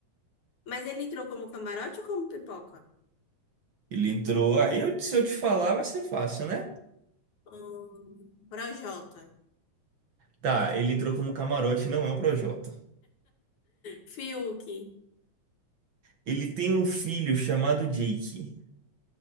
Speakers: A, on the left; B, on the right.
A: Mas ele entrou como camarote ou como pipoca?
B: Ele entrou. Aí, eu- se eu te falar, vai ser fácil, né?
A: Hum, Projota.
B: Tá, ele entrou como camarote, não é o Projota.
A: Fiuk.
B: Ele tem um filho chamado Jake.